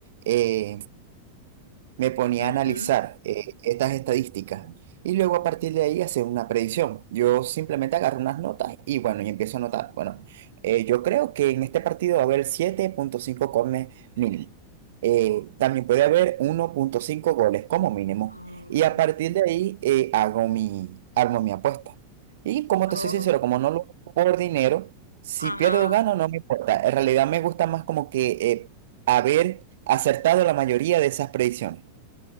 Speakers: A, on the right (about 55°); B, on the left (about 85°).
A: eh, me ponía
B: Ujú.
A: a analizar eh, estas estadísticas y luego a partir de ahí hacer una predicción. Yo simplemente agarro unas notas y bueno, y empiezo a anotar. Bueno, eh, yo creo que en este partido va a haber siete punto cinco corners mínimo. Eh, también puede haber uno punto cinco goles como mínimo.
B: Oh,
A: Y a partir de ahí eh, hago mi, armo mi apuesta. Y como
B: oh,
A: te soy sincero, como no lo hago por dinero, si
B: ajá,
A: pierdo o gano no me importa. En realidad me gusta más como que eh, haber acertado la mayoría de esas predicciones.